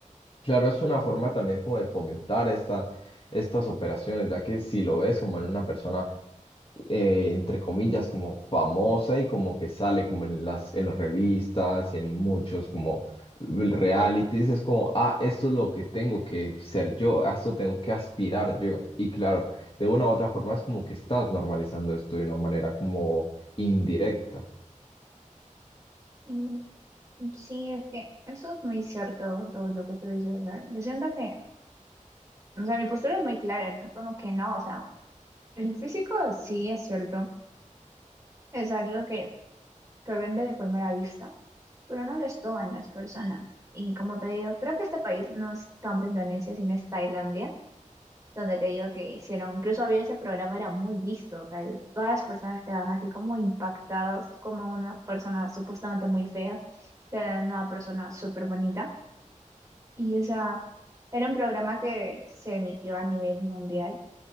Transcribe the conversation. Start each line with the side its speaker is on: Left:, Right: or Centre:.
Left: Claro, es una forma también como de fomentar esta, estas operaciones, ya que si lo ves como en una persona, eh, entre comillas, como famosa y como que sale como en las, en las revistas y en muchos como realities, es como, ah, esto es lo que tengo que ser yo, a esto tengo que aspirar yo. Y claro, de una u otra forma es como que estás normalizando esto de una manera como indirecta.
Right: Mm, Sí, es que eso es muy cierto lo, lo que tú dices. o sea, yo siento que, o sea, mi postura es muy clara, ¿no? Como que no, o sea, el físico sí es cierto, es algo que, que vende de primera vista. pero no lo es todo en las personas. Y como te digo, creo que este país no es tanto Indonesia, sino es Tailandia, donde te digo que hicieron, incluso había ese programa, era muy visto, o sea, el- todas las personas quedaban así como impactadas, como una persona supuestamente muy fea, era una persona súper bonita. Y o sea, era un programa que se emitió a nivel mundial